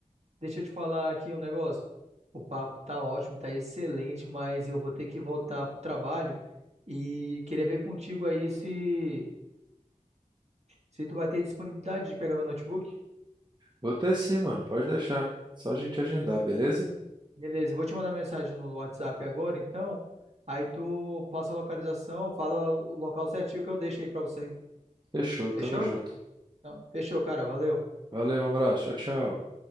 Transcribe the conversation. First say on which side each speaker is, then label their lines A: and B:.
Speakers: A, on the right; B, on the right.
A: deixa eu te falar aqui um negócio. O papo tá ótimo, tá excelente, mas eu vou ter que voltar pro trabalho e queria ver contigo aí se se tu vai ter disponibilidade de pegar meu notebook.
B: Vou ter sim, mano. Pode deixar. Só a gente agendar, beleza?
A: Beleza, eu vou te mandar mensagem no WhatsApp agora, então. Aí tu passa a localização, fala o local certinho que eu deixo aí pra você.
B: Fechou, tamo
A: Fechou?
B: junto.
A: Então, fechou, cara. Valeu.
B: Valeu, um abraço. Tchau, tchau.